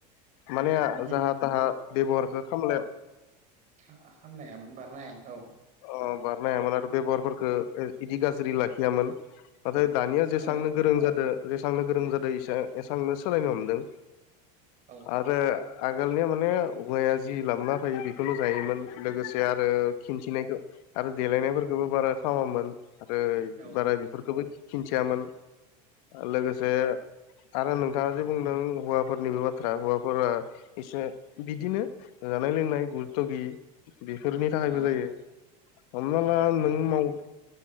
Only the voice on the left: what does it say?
माने
जाहा थाहा बेबहारखौ खामलाया
औ बारनो हायामोन आरो बेबहारफोरखो इदि गाज्रि लाखियामोन नाथाय दानिया जेसांनो
गोरों जादो जेसेबांनो गोरों जादों इसा एसांनो सोलायनो हमदों।
आरो आगोलनिया माने हौवाया जि लामा फैयो बेखौनो जायोमोन लोगोसे से आरो खिन्थिनायखौ आरो देलायनायफोरखौबो बारा खालामामोन। आरो
बारा बेफोरखौबो खिन्थियामोन लोगोसे आरो नोंथाङा जे बुंदों हौवाफोरनिबो बाथ्रा हौवाफोरा एसे बिदिनो जानाय लोंनाय गुरुत' गि बेफोरनि थाखायबो
जायो हमना ला नों माव